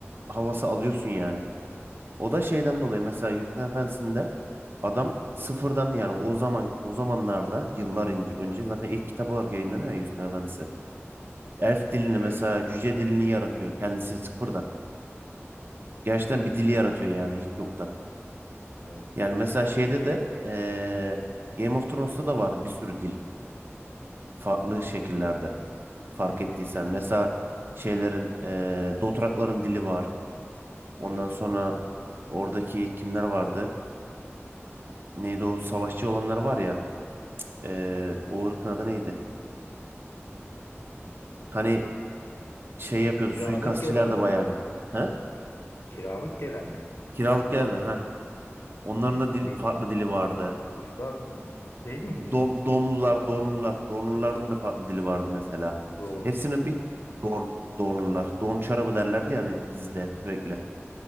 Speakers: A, on the right (about 50°); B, on the left (about 65°).
A: havası alıyorsun yani. O da şeyden dolayı mesela Yüzükler Efendisi'nde adam sıfırdan yani o zaman o zamanlarda yıllar ince- önce zaten ilk kitap olarak yayınlanıyor ya Yüzükler Efendisi. Elf dilini
B: evet.
A: mesela cüce dilini yaratıyor kendisi sıfırdan. Gerçekten
B: Evet.
A: bir dili yaratıyor yani hiç yoktan.
B: Evet.
A: Yani mesela şeyde de eee, Game of Thrones'ta da var bir sürü dil farklı şekillerde fark
B: Hı hı.
A: ettiysen. Mesela şeylerin eee Dothrakların dili var. Ondan
B: Evet.
A: sonra oradaki kimler vardı? Neydi o savaşçı olanlar var ya. eee, o ırkın adı neydi? Hani şey yapıyordu
B: Kiralık
A: suikastçiler
B: gelenler
A: de bayağı
B: mi?
A: bir. Ha?
B: Kiralık gelenler mi?
A: Kiralık gelenler ha. Onların
B: Aynen.
A: da dil,
B: Neydi?
A: farklı dili
B: Onlar
A: vardı.
B: uluslar değil miydi ya?
A: Dom, domlular, donlular. Donluların da farklı dili vardı mesela.
B: Doğrulu.
A: Hepsinin bir don, donlular. Don çarabı derlerdi yani hani dizide hep sürekli.